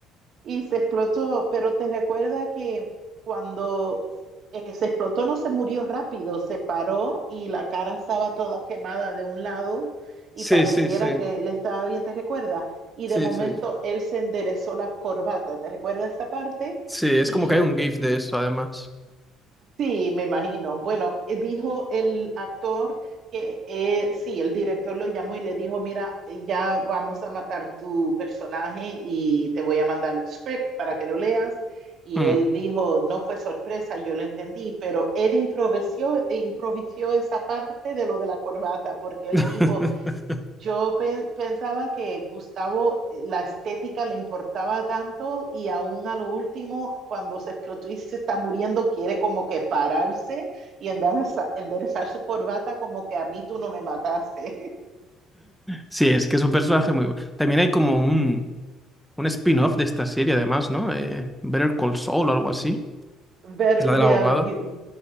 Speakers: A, on the right; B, in the centre.
A: Y se explotó, pero te recuerda que cuando eh, se explotó no se murió rápido, se paró y la cara estaba toda quemada de un lado y
B: Sí,
A: pareciera
B: sí, sí,
A: que él estaba bien, ¿te recuerda? Y
B: sí,
A: de momento
B: sí.
A: él se enderezó la corbata, ¿te recuerda esta parte?
B: Sí, es
A: Y
B: como que hay un GIF de eso, además.
A: Sí, me imagino. Bueno, eh, dijo el actor que eh, sí, el director lo llamó y le dijo, mira, eh, ya vamos a matar tu personaje y te voy a mandar el script para que lo leas. Y
B: Mm.
A: él dijo, no fue sorpresa, yo lo entendí, pero él improvisó, improvisó esa parte de lo de la corbata, porque él
B: <laughs>
A: dijo, yo pe- pensaba que Gustavo eh, la estética le importaba tanto y aún a lo último, cuando se explotó y se está muriendo, quiere como que pararse y endereza- enderezar, su corbata como que a mí tú no me mataste.
B: Sí, es que es un personaje muy... bu- También hay como un... un spin-off de esta serie, además, ¿no? Eh, Better Call Saul o algo así.
A: <laughs> But
B: Es la del
A: yeah,
B: abogado.
A: you-